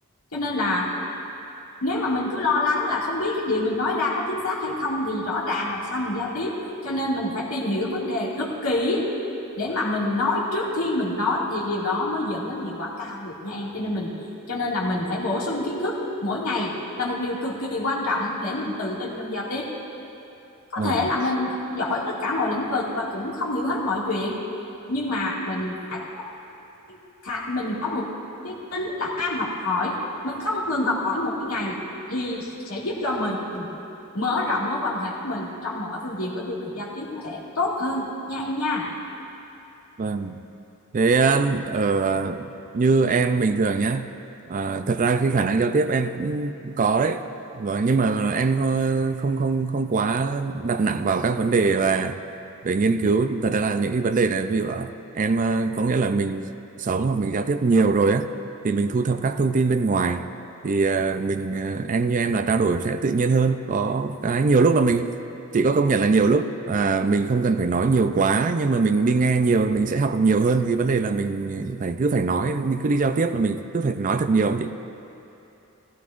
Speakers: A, on the left; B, on the right.
A: cho nên là nếu mà mình cứ lo lắng là không biết cái điều mình nói ra có chính xác hay không thì rõ ràng làm sao mình giao tiếp cho nên mình phải tìm hiểu vấn đề thật kỹ để mà mình nói trước khi mình nói thì điều đó mới dẫn đến hiệu quả cao được nha em cho nên mình cho nên là mình phải bổ sung kiến thức mỗi ngày là một điều cực kỳ quan trọng để mình tự tin trong giao tiếp có
B: vâng,
A: thể là mình không giỏi tất cả mọi lĩnh vực và cũng không hiểu hết mọi chuyện nhưng mà mình phải có thà mình có một cái tính là ham học hỏi mình không ngừng học hỏi mỗi ngày thì sẽ giúp cho mình mở rộng mối quan hệ của mình trong mọi phương diện bởi vì mình giao tiếp nó sẽ tốt hơn nha em nha
B: vâng. Thế um, ở như em bình thường nhá. À, thật ra cái khả năng giao tiếp em cũng có đấy. Và nhưng mà em có- không không không quá đặt nặng vào các vấn đề và về nghiên cứu. Thật ra là những cái vấn đề này ví dụ là em ờ, có nghĩa là mình sống hoặc mình giao tiếp nhiều rồi á thì mình thu thập các thông tin bên ngoài thì ờ, mình ờ, em như em là trao đổi sẽ tự nhiên hơn. Có cái nhiều lúc là mình chị có công nhận là nhiều lúc à, mình không cần phải nói nhiều quá nhưng mà mình đi nghe nhiều thì mình sẽ học được nhiều hơn thì vấn đề là mình phải cứ phải nói cứ đi giao tiếp là mình cứ phải nói thật nhiều không chị